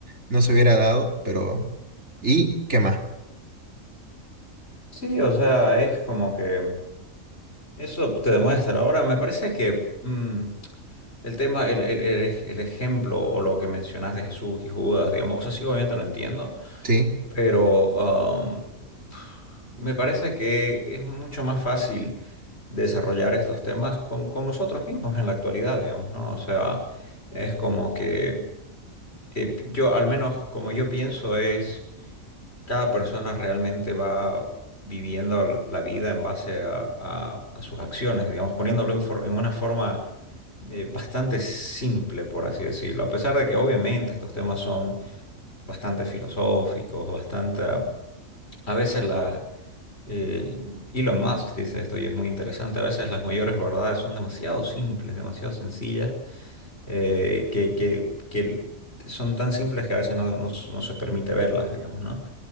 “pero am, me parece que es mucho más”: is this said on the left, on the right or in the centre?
Left